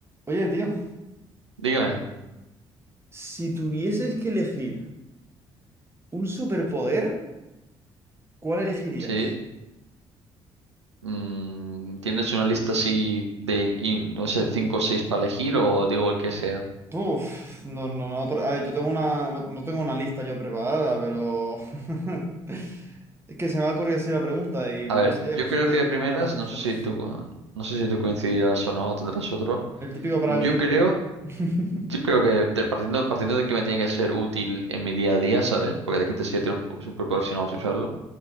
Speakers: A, on the right; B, on the right.
A: Oye, tío,
B: Dígame,
A: si tuvieses que elegir un superpoder, ¿cuál elegirías?
B: sí. Mm, ¿tienes una lista así de, in- no sé, cinco o seis para elegir o digo el que sea?
A: Uf, no, no, no, otro- a ver, yo tengo una, no, no tengo una lista yo preparada, pero <laughs> es que se me ha ocurrido así la pregunta y bueno,
B: A ver,
A: no sé,
B: yo
A: por
B: creo
A: si tú
B: que de primeras,
A: alguna vez la has pensado.
B: no sé si tú, co- no sé si tú coincidirás o no, o tendrás otro.
A: El típico para
B: Yo
A: el tiempo.
B: creo,
A: <laughs>
B: yo creo que te- partiendo, partiendo de que me tiene que ser útil en mi día a día, ¿sabes? Porque de qué te sirve tener un pu- superpoder si no vas a usarlo.